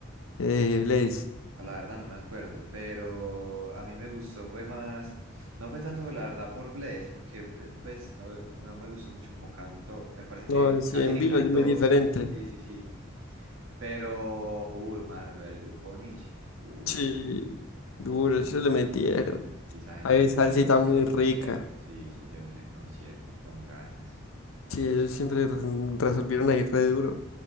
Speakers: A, on the left (about 80°); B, on the right (about 80°).
A: eh, Blaze.
B: Ah, La verdad no me acuerdo, pero a mí me gustó, fue más, no fue tanto por la verdad por Bless, porque eh, pues no, no me gustó mucho como cantó, me parece que
A: No, sí,
B: casi
A: en
B: ni
A: vivo
B: cantó,
A: es muy diferente.
B: sí, sí, sí, sí. pero, uy, mano, lo del grupo Nietzsche, uh,
A: Sí, duro, eso le metieron.
B: y esa gente
A: Hay
B: se
A: salsita
B: llevó ese
A: muy
B: concierto,
A: rica.
B: sí, se llevó ese concierto y con ganas,
A: Sí, ellos siempre re- resolvieron ahí re duro.